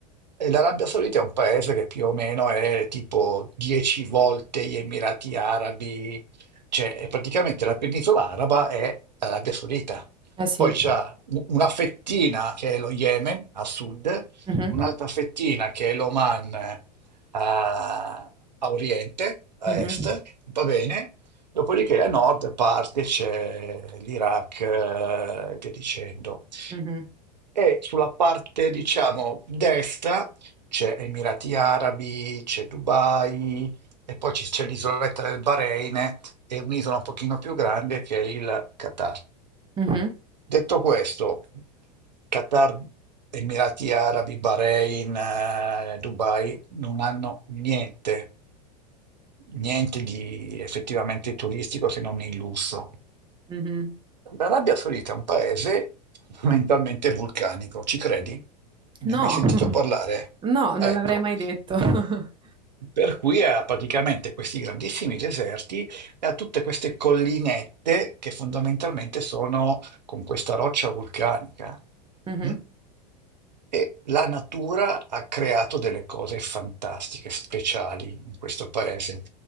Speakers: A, on the right; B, on the right.
A: E L'Arabia Saudita è un paese che più o meno è tipo 10 volte gli Emirati Arabi, cioè è praticamente la penisola araba è l'Arabia Saudita.
B: Eh sì.
A: Poi c'è u- una fettina che è lo Yemen a sud,
B: Mhm.
A: un'altra fettina che è l'Oman eh, a, a oriente, a
B: Mhm.
A: est, va bene. Dopodiché a nord parte c'è l'Iraq, eh, e via dicendo
B: Mhm.
A: e sulla parte, diciamo, destra c'è Emirati Arabi, c'è Dubai e poi ci- c'è l'isoletta del Bahrain e un'isola un pochino più grande che è il Qatar.
B: Mhm.
A: Detto questo, Qatar, Emirati Arabi, Bahrain, eh, Dubai non hanno niente, niente di effettivamente turistico se non il lusso.
B: Mhm.
A: L'Arabia Saudita è un paese fondamentalmente vulcanico, ci credi?
B: No,
A: Ne hai mai sentito
B: <laughs>
A: parlare?
B: no,
A: Ecco.
B: non l'avrei mai detto. <laughs>
A: Per cui ha praticamente questi grandissimi deserti e ha tutte queste collinette che fondamentalmente sono con questa roccia vulcanica.
B: Mhm.
A: mm? E la natura ha creato delle cose fantastiche, speciali in questo paese.